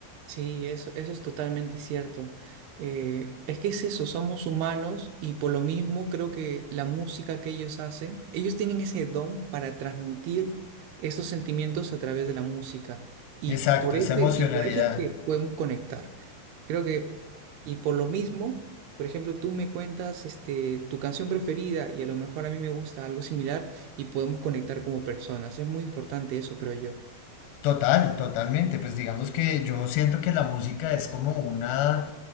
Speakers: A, on the right; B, on the left.
A: sí, eso, eso es totalmente cierto. Eh, es que es eso, somos humanos y por lo mismo creo que la música que ellos hacen, ellos tienen ese don para transmitir esos sentimientos a través de la música y
B: Exacto,
A: por
B: esa
A: ese,
B: emocionalidad.
A: y por eso es que podemos conectar. Creo que, y por lo mismo, por ejemplo, tú me cuentas este, tu canción preferida y a lo mejor a mí me gusta algo similar y podemos conectar como personas. Es muy importante eso, creo yo.
B: Total, totalmente. Pues digamos que yo siento que la música es como una,